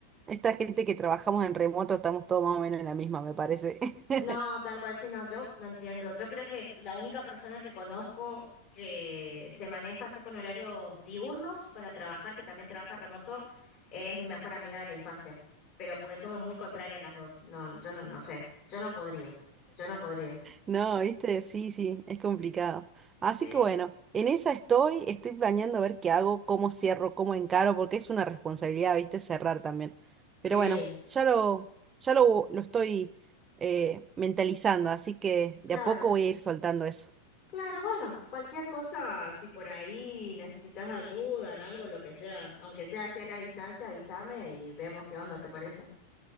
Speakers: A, on the right (about 20°); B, on the left (about 45°).
A: esta gente que trabajamos en remoto estamos todos más o menos en la misma, me parece. <laughs>
B: No, tal cual, sí, no, yo no entiendo. Yo creo que la única persona que conozco que se maneja así con horarios diurnos para trabajar, que también trabaja remoto, es mi mejor amiga de la infancia. Pero porque somos muy contrarias las dos. No, yo no, no sé, yo no podría, yo no podría.
A: No, viste, sí, sí, es complicado. Así
B: Sí.
A: que bueno, en esa estoy, estoy planeando ver qué hago, cómo cierro, cómo encaro, porque es una responsabilidad, viste, cerrar también.
B: Sí,
A: Pero bueno, ya lo, ya lo, lo estoy eh, mentalizando, así que
B: claro.
A: de a poco voy a ir soltando eso.
B: Claro, bueno, cualquier cosa, si por ahí necesitas ayuda en algo, lo que sea, aunque sea hacia la distancia, avísame y vemos qué onda, ¿te parece?